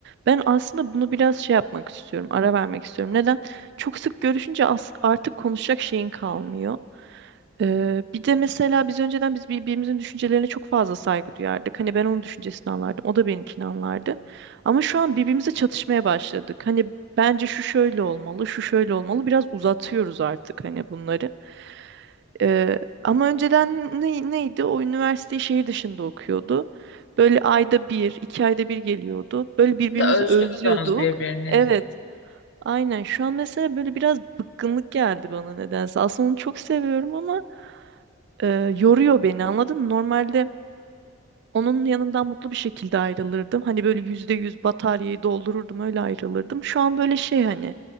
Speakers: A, on the right; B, on the left.
A: Ben aslında bunu biraz şey yapmak istiyorum, ara vermek istiyorum. Neden? Çok sık görüşünce as- artık konuşacak şeyin kalmıyor. Ee, bir de mesela biz önceden biz birbirimizin düşüncelerine çok fazla saygı duyardık. Hani ben onun düşüncesini anlardım, o da benimkini anlardı. Ama şu an birbirimize çatışmaya başladık. Hani bence şu şöyle olmalı, şu şöyle olmalı. Biraz uzatıyoruz artık hani bunları. Ee, ama önceden ne- neydi? O üniversiteyi şehir dışında okuyordu. Böyle ayda bir, iki ayda bir geliyordu. Böyle birbirimizi
B: Bir de özlüyordunuz
A: özlüyorduk.
B: birbirinizi.
A: Evet, aynen. Şu an mesela böyle biraz bıkkınlık geldi bana nedense. Aslında onu çok seviyorum ama e, yoruyor beni anladın mı? Normalde onun yanından mutlu bir şekilde ayrılırdım. Hani böyle yüzde yüz bataryayı doldururdum öyle ayrılırdım. Şu an böyle şey hani